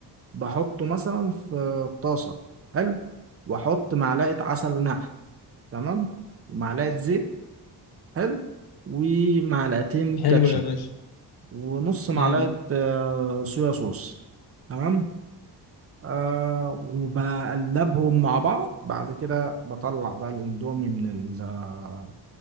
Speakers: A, on the right (about 35°); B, on the left (about 65°).
A: بحطه مثلا في طاسه حلو واحط معلقه عسل نحل تمام ومعلقه زيت حلو ومعلقتين كاتشب
B: حلو يا باشا
A: ونص معلقة
B: جامد
A: آه، صويا صوص تمام آه وبقلبهم مع بعض بعد كده بطلع بقى الاندومي من ال-